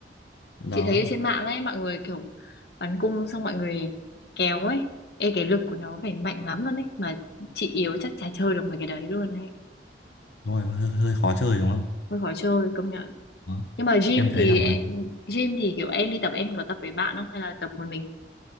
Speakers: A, on the left; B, on the left.
A: đó
B: chị thấy ở trên mạng ấy mọi người kiểu bắn cung xong mọi người kéo ấy ê cái lực của nó phải mạnh lắm luôn ấy mà chị yếu chắc chả chơi được mấy cái đấy luôn ấy
A: đúng rồi hơi, hơi khó chơi đúng không
B: hơi khó chơi công nhận
A: đó
B: nhưng mà gym
A: em thấy
B: thì
A: là bắn
B: em- gym thì kiểu em đi tập em có tập với bạn không hay là tập một mình